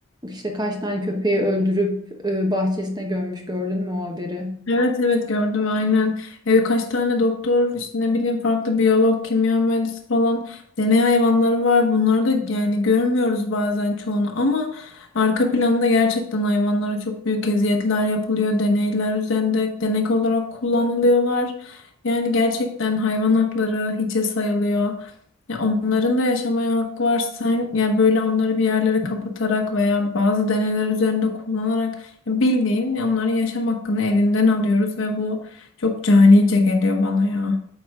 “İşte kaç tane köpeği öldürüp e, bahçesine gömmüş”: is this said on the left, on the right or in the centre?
Right